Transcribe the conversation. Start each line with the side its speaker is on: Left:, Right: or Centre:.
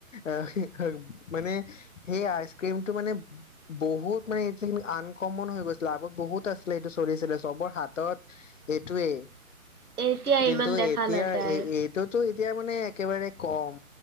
Left: আহ হি হে ৰু মানে সেই আইচ ক্ৰীমটো মানে বহুত মানে এইটো আনকমন হৈ গৈছিলে আগত বহুত আছিলে সেইটো চলিছিলে চবৰ হাতত এইটোৱেই
Right: এতিয়া
Left: কিন্তু
Right: ইমান দেখা
Left: এতিয়া
Right: নাযায়।
Left: এই এইটোতো তেতিয়া মানে একেবাৰে কম